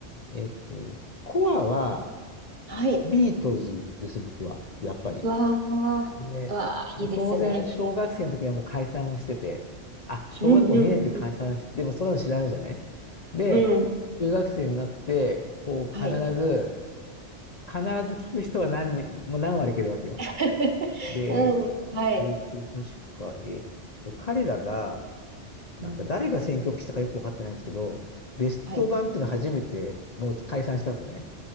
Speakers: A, on the left; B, on the right.
A: えっと、コアは、
B: はい。
A: ビートルズです、僕は。やっぱり。
B: うわあ、
A: で、
B: うわあ、
A: もう当然、
B: いいですね。
A: 小学生の時にはもう解散をしてて、あ、小学校2年の時解散して、
B: うんうんうん。
A: でもそんなの知らないじゃないで、
B: うん。
A: 中学生になって、こう、
B: はい。
A: 必ず、必ず聞く人は何人、もう何割いけるわけよ。
B: <laughs>
A: で、
B: うん、はい。
A: それって確か、えーっと、彼らが、なんか誰が選曲したかよくわかってないんですけど、
B: うん、
A: ベスト版っていうのを初めて、
B: はい。
A: もう解散した後ね、